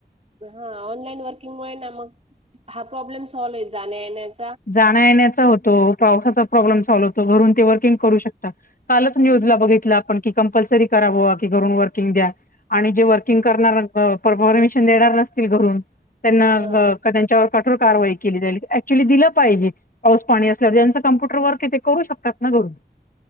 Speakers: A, on the right; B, on the left.
A: हा ऑनलाईन वर्किंगमुळे ना मग हा प्रॉब्लेम सॉल्व्ह आहे जाण्या येण्या
B: जाण्या येण्याचा होतो पावसाचा प्रॉब्लेम सॉल्व्ह होतो घरून ते वर्किंग करू शकतात. कालच न्यूजला बघितलं आपण की कंपल्सरी करावं की घरून वर्किंग द्या. आणि जे वर्किंग करणार पर परमिशन देणार नसतील घरून त्यांना
A: हां.
B: त्यांच्यावर कठोर कारवाई केली जाईल ऍक्चुअली दिलं पाहिजे पाऊस पाणी असल्यावर ज्याचं कम्प्युटर वर्क आहे ते करू शकतात ना घरून.